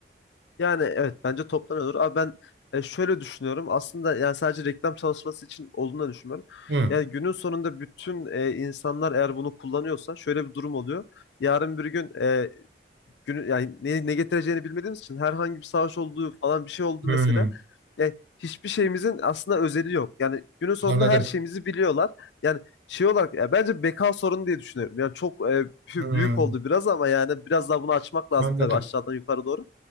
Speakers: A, on the left; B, on the right.
A: Yani evet bence toptan olur. Abi ben e, şöyle düşünüyorum. Aslında yani sadece reklam çalışması için olduğunu düşünmüyorum.
B: Hı.
A: Yani günün sonunda bütün e, insanlar eğer bunu kullanıyorsa şöyle bir durum oluyor. Yarın bir gün e, günü yani ne, ne getireceğini bilmediğimiz için herhangi bir savaş olduğu falan bir şey oldu
B: Hı.
A: mesela. Yani hiçbir şeyimizin aslında özeli yok. Yani günün sonunda
B: Anladım.
A: her şeyimizi biliyorlar. Yani şey olarak ya bence beka sorunu diye düşünüyorum. Yani çok e, büyük
B: Hmm,
A: oldu biraz ama yani biraz daha bunu açmak lazım
B: anladım.
A: tabii aşağıdan yukarı doğru.